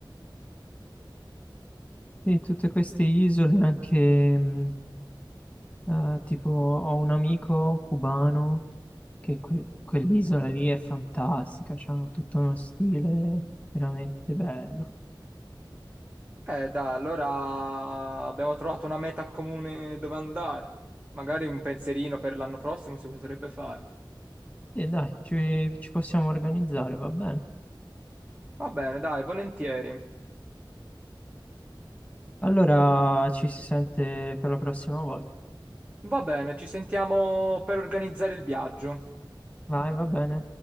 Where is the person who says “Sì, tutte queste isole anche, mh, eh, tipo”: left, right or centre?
Left